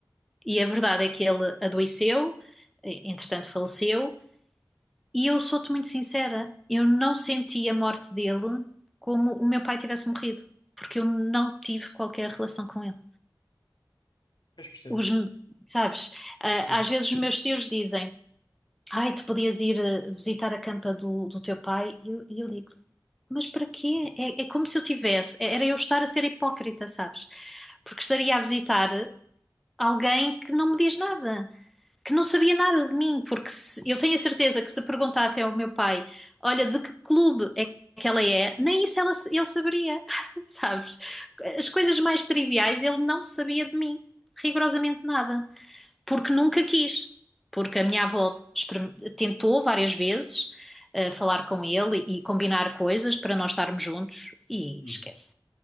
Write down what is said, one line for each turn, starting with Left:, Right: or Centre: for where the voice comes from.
Centre: E a verdade é que ele adoeceu, eh, entretanto faleceu, E eu sou-te muito sincera, eu não senti a morte dele como o meu pai tivesse morrido, porque eu não tive qualquer relação com ele.
Left: Mas percebo.
Centre: Os, sabes, ah,
Left: Sim.
Centre: às vezes os meus tios dizem, ai, tu podias ir ah, visitar a campa do, do teu pai, e eu, e eu digo, mas para quê? É, é como se eu tivesse, é- era eu estar a ser hipócrita, sabes? Porque estaria a visitar alguém que não me diz nada. que não sabia nada de mim, porque se- eu tenho a certeza que se perguntassem ao meu pai, olha, de que clube é que ela é, nem isso ela- ele saberia, <laughs> sabes? As coisas mais triviais ele não sabia de mim, rigorosamente nada, porque nunca quis, porque a minha avó experim- tentou várias vezes eh, falar com ele e combinar coisas para nós estarmos juntos e
Left: Uhum.
Centre: esquece.